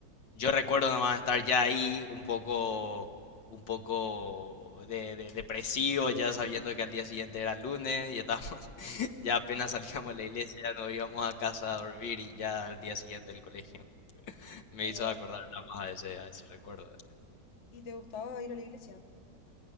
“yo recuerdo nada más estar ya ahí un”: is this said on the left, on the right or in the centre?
Left